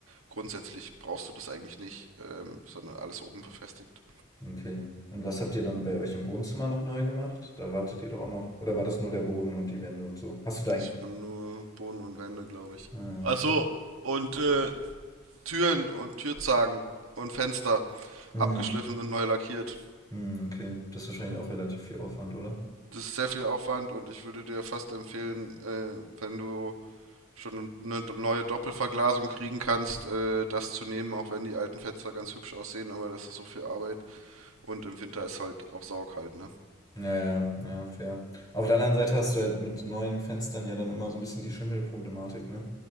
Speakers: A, on the right (about 80°); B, on the left (about 20°).
A: Grundsätzlich brauchst du das eigentlich nicht, ähm, sondern alles oben befestigt.
B: Okay. Und was habt ihr dann bei euch im Wohnzimmer noch neu gemacht? Da wartet ihr doch auch noch. Oder war das nur der Boden und die Wände und so? Hast du da ein.
A: Das waren nur Boden und Wände, glaube ich.
B: Ah,
A: Ach
B: okay.
A: so, und äh, Türen und Türzagen und Fenster
B: Mm,
A: abgeschliffen und neu lackiert.
B: mm, okay. Das ist wahrscheinlich auch relativ viel Aufwand, oder?
A: Das ist sehr viel Aufwand und ich würde dir fast empfehlen, äh, wenn du schon eine neue Doppelverglasung kriegen kannst, äh, das zu nehmen, auch wenn die alten Fenster ganz hübsch aussehen, aber das ist so viel Arbeit und im Winter ist halt auch saukalt, ne?
B: Ja, ja, ja, fair. Auf der anderen Seite hast du halt mit neuen Fenstern ja dann immer so ein bisschen die Schimmelproblematik, ne?